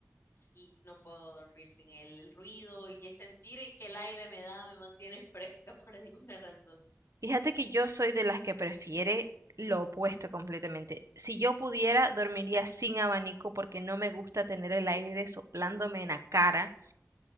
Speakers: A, on the left; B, on the right.
A: Sí, no puedo dormir sin el, el ruido y el sentir que el aire me da, me mantiene <laughs> fresca por alguna razón.
B: Fíjate que yo soy de las que prefiere lo opuesto completamente. Si yo pudiera, dormiría sin abanico porque no me gusta tener el aire soplándome en la cara.